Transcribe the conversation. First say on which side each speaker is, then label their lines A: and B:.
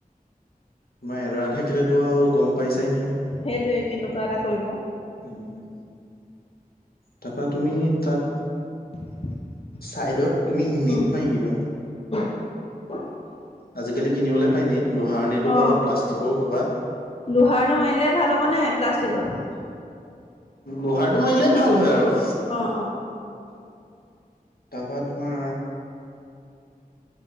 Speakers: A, on the left; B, on the left.
A: তোমাৰ এডৰা থাকিলেতো আৰু গম পাইছ ছাই নহয়।
B: সেইটোৱে কেনেকুৱা এটা কৰিব
A: উম তাপা তুমি তাত।
B: <unintelligible>
A: চাইডত তুমি নেট
B: উম
A: মাৰি দিবা।
B: <unintelligible>
A: আজিকালি কিনিবলে পায় নেট। লোহাৰ নেটো
B: অ
A: পাবা প্লাষ্টিকৰো পাবা।
B: লোহাৰটো মাৰিলে ভাল হ'ব নে প্লাষ্টিকৰটো?
A: লোহাৰটো মাৰিলে ভাল হয় আৰু।
B: অ অ
A: তাপা তোমাৰ